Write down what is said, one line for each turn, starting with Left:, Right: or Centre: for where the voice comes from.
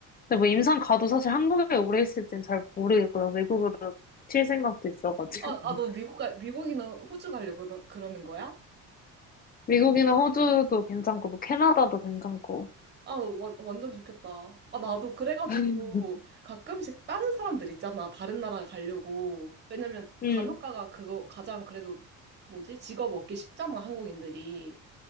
Left: 근데 뭐 임상 가도 사실 한국에 오래 있을진 잘 모르겠고요. 외국으로 칠 생각도 있어가지고.
Right: 아,
Left: <laughs>
Right: 아, 너 미국, 가, 미국이나 호주 가려고 그러- 그러는 거야?
Left: 미국이나 호주도 괜찮고, 뭐 캐나다도 괜찮고.
Right: 아, 원, 완전 좋겠다. 아, 나도 그래가지고
Left: <laughs>
Right: 가끔씩 다른 사람들 있잖아. 다른 나라 가려고. 왜냐면
Left: 응,
Right: 간호사가
Left: 응,
Right: 그거 가장 그래도 뭐지? 직업 얻기 쉽잖아, 한국인들이.